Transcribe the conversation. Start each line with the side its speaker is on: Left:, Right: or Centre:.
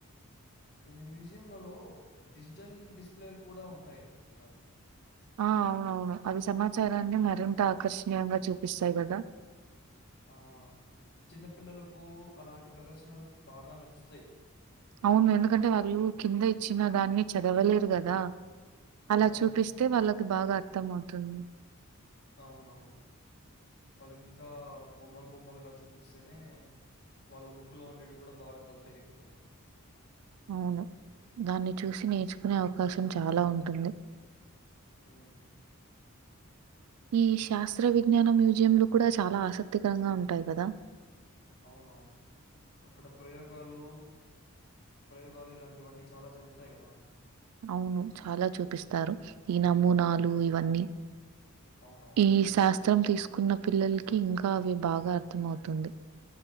Left: కొన్ని మ్యూజియంలలో డిజిటల్ డిస్ప్లేలు కూడా ఉంటాయి కదా
Right: ఆ అవునవును అవి సమాచారాన్ని మరింత ఆకర్షణీయంగా చూపిస్తాయి కదా
Left: ఆ చిన్నపిల్లలకు అలాంటి ప్రదర్శనలు బాగా నచ్చుతాయి
Right: అవును ఎందుకంటే వాళ్ళు కింద ఇచ్చిన దాన్ని చదవలేరు కదా అలా
Left: అవును.
Right: చూపిస్తే వాళ్ళకి బాగా అర్థంమవుతుంది
Left: అవునవును వాళ్ళ ఇంకా బొమ్మలు బొమ్మలుగా చూపిస్తేనే వాళ్ళు బుక్కులో ఉండేటివి కూడా బాగా తలకైకెక్కుతాయి
Right: అవును దాన్ని చూసి నేర్చుకునే అవకాశం చాలా ఉంటుంది
Left: ఊ
Right: ఈ శాస్త్ర విజ్ఞాన మ్యూజియంలు కూడా చాలా ఆసక్తికరంగా ఉంటాయి కదా
Left: అవునవును అక్కడ ప్రయోగాలు ప్రయోగాలు ఇలాంటివన్నీ చాలా జరుగుతాయి కదా
Right: అవును చాలా చూపిస్తారు ఈ నమూనాలు ఇవన్నీ
Left: అవునవునవును
Right: ఈ శాస్త్రం తీస్ కున్న పిల్లలకి ఇంకా అవి బాగా అర్థంమవుతుంది